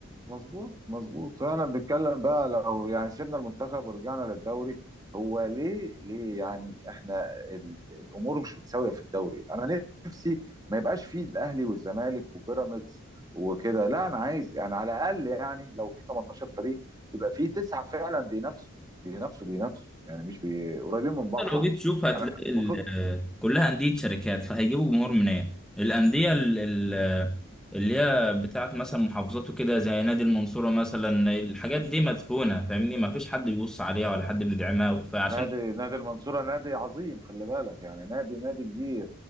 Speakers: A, on the right; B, in the centre.
A: مظبوط مظبوط فاحنا بنتكلم بقى لو يعني سيبنا المنتخب ورجعنا للدوري هو ليه ليه يعني احنا ال- الامور مش متساويه في الدوري انا نفسي ما يبقاش فيه الاهلي والزمالك وبيراميدز وكده لا انا عايز يعني على الاقل يعني لو في 18 فريق يبقى في تسعه فعلا بينافسوا بينافسوا بينافسوا يعني مش بي... قريبين من بعض
B: لو جيت تشوف هتلاقي
A: انا
B: ال-
A: المفروض
B: كلها أندية شركات فهيجيبوا جمهور منين؟ الأندية ال- ال- اللي هي بتاعت مثلا محافظات وكده زي نادي المنصورة مثلا الحاجات دي مدفونة فاهمني؟ ما فيش حد بيبص عليها ولا حد بيدعمها فعشان
A: نادي نادي المنصورة نادي عظيم خلي بالك يعني نادي نادي كبير